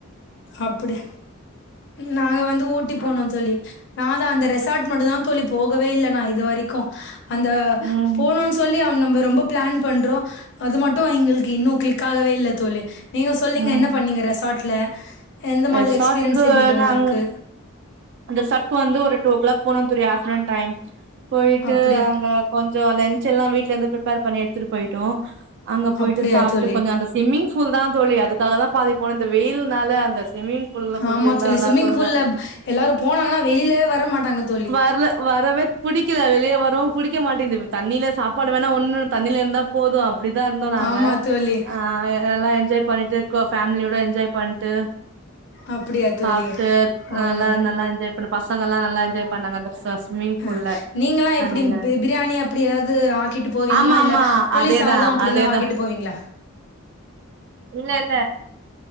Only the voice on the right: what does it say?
ம்
ம்
ரெசார்ட்க்கு
நாங் அந்த சர்க் வந்து ஒரு டூ ஓ கிள் போன்னனு தெரியும் ஆக்சிடெட் டைம் போயிட்டு
அங்க கொஞ்சம் லஞ்ச் எல்லாம் வீட்டு்ல இருந்து பர் பண்ணி எடுத்துட்டு போயோம் அங்க போயிட்டு
சாப்பிட்டு
கொஞ்சம் அந்த சிம்மிங்ஸ் பூல் தான் தோழி அதுக்காக தான் பாதிப்போம் இந்த வெயில்னால அந்த ஸ்விம்மிங் புல்ல கொஞ்சம்
எந்த
நல்லா
இருக்கும்ங்க
வரல வரவே புிடிக்கல வெளியே வரவும் புடிக்க மாட்டேங்கு தண்ணியில சாப்பாடு வேணா ஒன்னும் தண்ணில இருந்தா போதும் அப்படிதான் இருந்தோம் நாங்க
ஆஹ எல்லாம் பண்ணிட்டு ஃபேமிலியோட என்ஜாய் பண்ட்டு
சாப்பிட்டு
நல்லா நல்லா என்ஜாய் பண்ண பசங்கல்லா நல்லா என்ஜாய் பண்ணாங்க அந்த ஸ்விம்மிங் பூல்ல
தண்ணில
ஆமா
ஆமா
அதேதா
அதேதா
இல்ல இல்ல